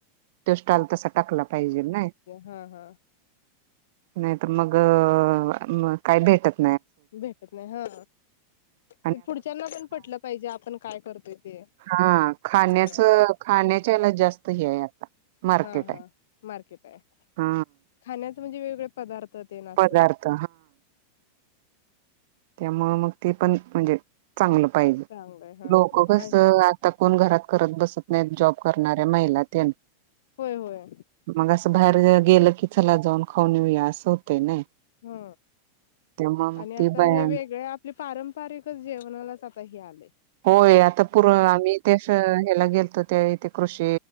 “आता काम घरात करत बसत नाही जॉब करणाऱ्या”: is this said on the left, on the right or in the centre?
Right